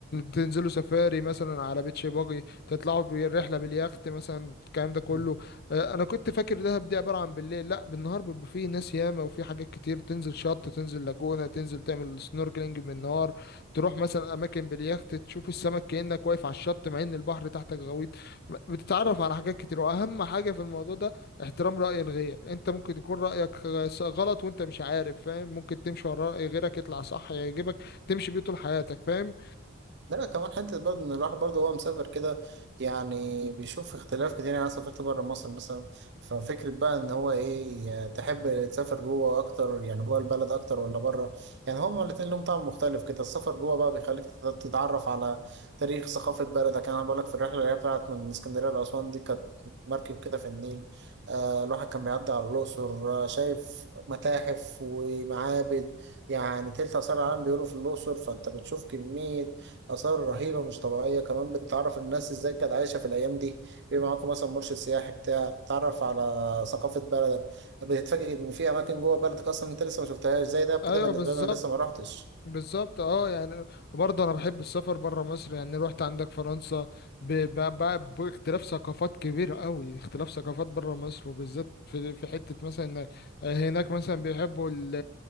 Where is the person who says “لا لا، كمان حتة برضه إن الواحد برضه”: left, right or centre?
Right